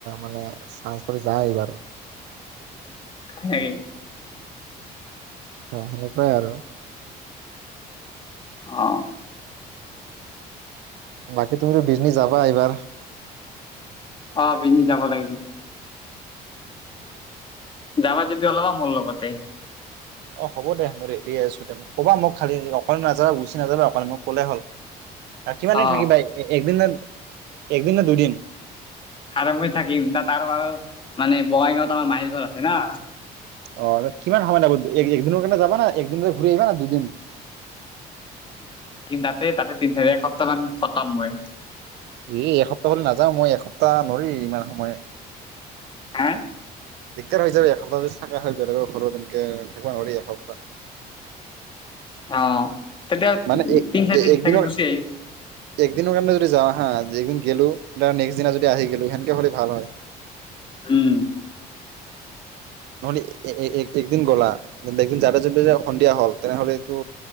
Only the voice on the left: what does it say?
হেই
অ
অ বিজনী যাব লাগিব। যাবা যদি উলাবা মোৰ লগতে।
অ
আৰাম হৈ থাকিম তাত আৰু মানে বঙাইগাঁৱত আমাৰ মাহীৰ আছে না।
তাতে তাতে তিনি একসপ্তাহ মান কতাম মই।
হা?
অ' তেতিয়া
তিনি চাৰি দিন
থাকি গুচি আহিম।
উম